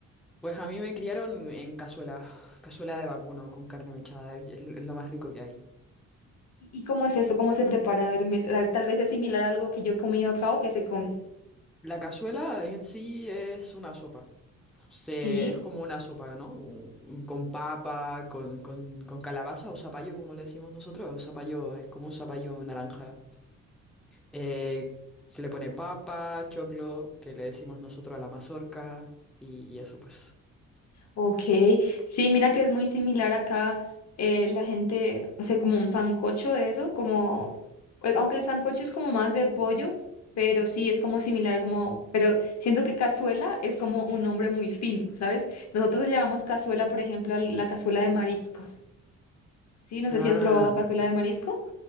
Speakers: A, in the centre; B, on the left (about 60°).
A: Pues a mí me criaron en cazuela, cazuela de vacuno con carne mechada, es, es lo más rico que hay.
B: ¿Y cómo es eso? ¿Cómo se prepara? A ver, me- tal tal vez es similar a algo que yo he comido acá o que se come.
A: La cazuela en sí es una sopa, se,
B: Sí.
A: es como una sopa, ¿no? Un- Con papa, con, con, con calabaza o zapallo, como le decimos nosotros, zapallo, es como un zapallo naranja. Eh, se le pone papa, choclo, que le decimos nosotros a la mazorca, y, y eso pues.
B: Ok, sí, mira que es muy similar acá. eh, la gente hace como un sancocho de eso, como, eh, aunque el sancocho es como más de pollo, pero sí es como similar, como, pero siento que cazuela es como un nombre muy fino, ¿sabes? Nosotros le llamamos cazuela, por ejemplo, a la cazuela de marisco. Sí, no sé
A: Ah,
B: si has probado cazuela de marisco.